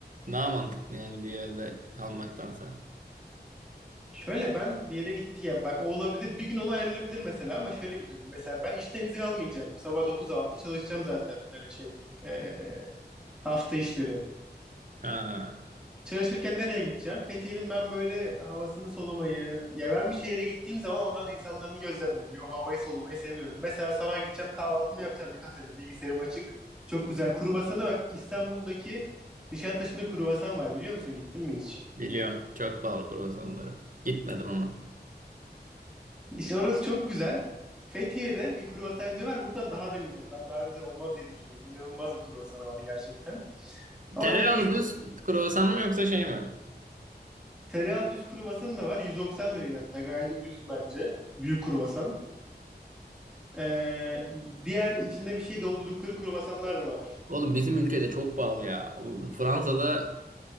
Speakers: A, on the right; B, in the centre.
A: daha mantıklı yani bir yerde kalmaktansa.
B: Şöyle ben bir yere gitti ya. Bak o olabilir. Bir gün ona ayrılabilir mesela ama şöyle bir durum. Mesela ben işten izin almayacağım. Sabah dokuz altı çalışacağım zaten. Hani şey. eee, hafta işleri.
A: Ha,
B: Çalışırken nereye gideceğim? Fethiye'nin ben böyle havasını solumayı, ya ben bir şehire gittiğim zaman oranın insanlarını gözlemlemeyi, o havayı solumayı seviyorum. Mesela sabah gideceğim kahvaltımı yapacağım bir kafede, bilgisayarım açık. Çok güzel. Kruvasana bak İstanbul'daki Nişantaşı'nda kruvasan var biliyor musun? Gittin mi hiç?
A: biliyorum. Çok pahalı kruvasanları. Gitmedim ama.
B: İşte orası çok güzel. Fethiye'de bir kruvasancı var. Buradan daha da güzel. Ben daha güzel olmaz diye düşünüyordum. İnanılmaz bir kruvasanı var gerçekten. Orada
A: Tereyağlı
B: bir
A: düz kruvasan mı yoksa şey mi?
B: tereyağı düz kruvasanı da var. 190 liraya hatta. Gayet ucuz bence. Büyük kruvasan. Ee, diğer içinde bir şey doldurdukları kruvasanlar da var.
A: Oğlum bizim ülkede çok pahalı ya. Bu- Fransa'da